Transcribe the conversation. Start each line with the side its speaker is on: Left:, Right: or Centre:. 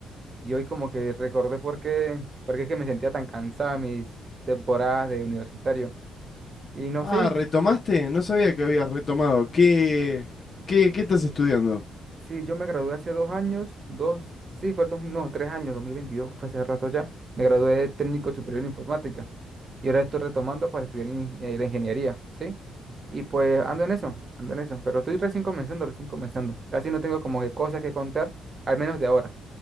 Right: y hoy como que recordé por qué, por qué es que me sentía tan cansada en mis temporadas de universitario. Y no
Left: Ah,
Right: sé,
Left: ¿retomaste? No sabía que habías retomado. ¿Qué, qué, qué estás estudiando?
Right: si yo me gradué hace dos años, dos, sí, fue el dos, no, tres años, 2022, fue hace rato ya, me gradué de técnico superior en informática. Y ahora estoy retomando para estudiar in- eh, la ingeniería, ¿sí? Y pues ando en eso, ando en eso. Pero estoy recién comenzando, recién comenzando. Casi no tengo como que cosas que contar, al menos de ahora.